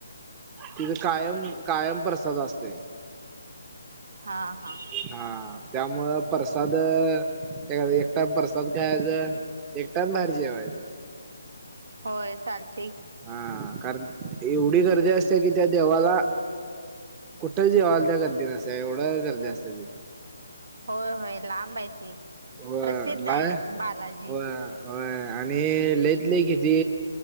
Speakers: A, on the right (about 15°); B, on the right (about 60°).
A: तिथं कायम कायम प्रसाद असतोय.
B: हा हा.
A: हा त्यामुळं प्रसाद त्या एक टाईम प्रसाद खायचा एक टाइम बाहेर जेवायचं.
B: होय चालतंय की.
A: हा. कारण एवढी गर्दी असते कि त्या देवाला. कुठं देवाला त्या गर्दी नसत्या एवढं गर्दी असत्या तिथं.
B: होय, होय, लांब आहे
A: व
B: प्रसिद्ध
A: लाय
B: आहे बालाजी.
A: होय होय आणि लय तर लय किती